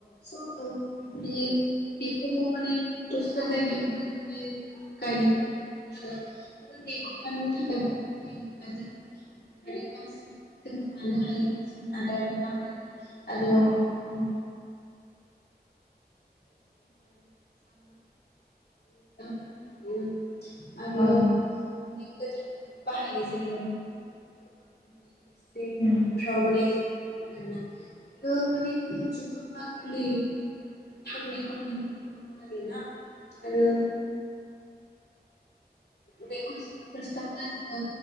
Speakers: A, on the left; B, on the left.
A: । <unintelligible> <unintelligible> बे बेखौ माने दस्रा जायगायावबो माने गायनायखौ <unintelligible> <unintelligible> <unintelligible> आदारनि थाखाय <unintelligible> आरो
B: औ
A: उम। <unintelligible> <unintelligible> <unintelligible> आरो
B: औ
A: मान <unintelligible> गोथाङैबो बाहायनाय जायो ।
B: नोंथां
A: <inaudible> फ्राव माने जों <unintelligible> बेयो माने जुखामा <unintelligible> थांनायखौ माने नुनो मोनो आरो ना आरो। बेखौ जोङो फार्स्टआवनो जोङो